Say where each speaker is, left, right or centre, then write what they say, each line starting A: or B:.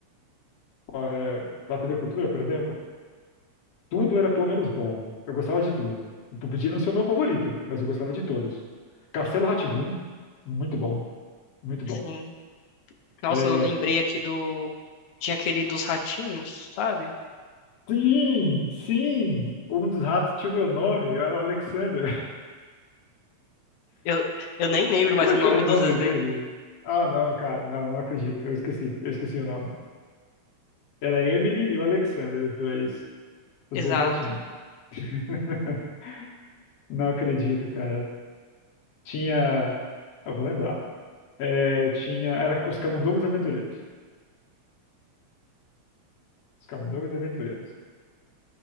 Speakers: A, on the left; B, on the left.
A: eh, na TV Cultura, por exemplo, tudo era pelo menos bom. Eu gostava de tudo. Eu Podia não ser o meu favorito, mas eu gostava de todos. Castelo rá muito bom, muito bom.
B: assim. Nossa,
A: Eh,
B: eu lembrei aqui do tinha aquele dos ratinhos, sabe?
A: sim, sim! Um dos ratos tinha o meu nome, era o Alexander.
B: Eu, eu nem lembro
A: <laughs>
B: mais
A: Como é
B: o nome
A: que era o nome
B: dos desenhos.
A: dele? Ah, não, cara, não, não acredito. Eu esqueci, eu esqueci o nome. Era a Emily e o Alexander, os dois, os
B: Exato.
A: dois ratinhos. <laughs> Não acredito, cara. Tinha. Eu vou lembrar. É, tinha. Era os Camundongos Aventureiros. Os Camundongos Aventureiros.